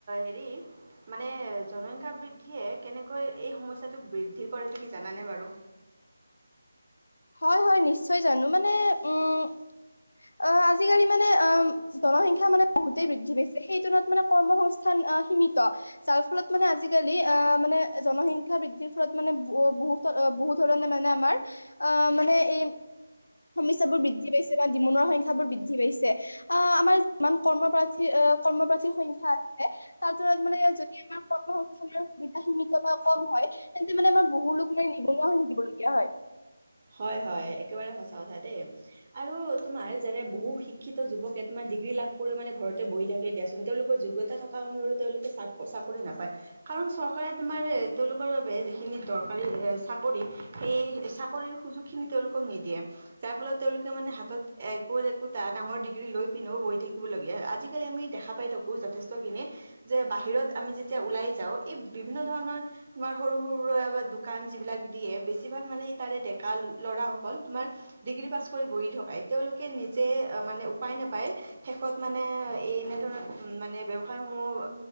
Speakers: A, on the right (about 30°); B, on the left (about 80°).
A: হেৰি? মানে জনসংখ্যা বৃদ্ধিয়ে কেনেকৈ এই সমস্যটোক বৃদ্ধি কৰে তুমি জানানে বাৰু?
B: হয় হয় নিশ্চয় জানো। মানে উম, অঁ আজিকালি মানে অঁ জনসংখ্যা মানে, বহুতেই বৃদ্ধি পাইছে, সেইটোনত মানে কৰ্মসস্থান আহ সীমিত। যাৰ ফলত মানে আজিকালি আহ মানে জনসংখ্যা বৃদ্ধিৰ ফলত মানে ব বহুত, বহুত ধৰণে মানে আমাৰ অ মানে এই সমস্যাবোৰ বৃদ্ধি পাইছে বা নিমনুৱাৰ সংখ্যা বোৰ বৃদ্ধি পাইছে। আহ আমাৰ যিমান কৰ্মপাৰ্থী আহ কৰ্মপাৰ্থীৰ সংখ্যা আছে। তাৰতলত মানে যদি আমাৰ কৰ্ম সংস্থাপন সুবিধা সীমিত বা কম হয়। তেন্তে মানে আমাৰ বহু লোক মানে নিবনুৱা হৈ থাকিব লগীয়া হয়।
A: হয় হয় একেবাৰে সঁচা কথা দেই। আৰু তোমাৰ যেনে বহু শিক্ষিত যুৱকে তোমাৰ ডিগ্ৰী লাভ কৰিও মানে ঘৰতে বহি থাকে দিয়াচোন তেওঁলোকৰ যোগ্য তা থকা অনুসৰি তেওঁলোকে চা চাকৰি নাপায়। কাৰণ চৰকাৰে তোমাৰ তেওঁলোকৰ বাবে যিখিনি দৰকাৰী এ চাকৰি সেই চাকৰি সুযোগখিনি তেওঁলোকক নিদিয়ে। যাৰ ফলত তেওঁলোকে মানে হাতত একো একোটা ডাঙৰ ডিগ্ৰী লৈ পিনেও বহি থাকিবলগীয়া আজিকালি আমি দেখা পাই থাকো যথেষ্টখিনি, যে বাহিৰত আমি যেতিয়া ওলাই যাওঁ এই বিভিন্ন ধৰণৰ তোমাৰ সৰু সৰুৰা দোকান যিবিলাক দিয়ে বেছিভাগ মানে সেই তাৰে ডে ল'ৰাসকল, তোমাৰ ডিগ্ৰী পাছ কৰি বহি থকা। তেওঁলোকে নিজে মানে উপাই নাপাই শেষত মানে এ এনেধৰণৰ উ মানে ব্যৱসায় সমূহ উ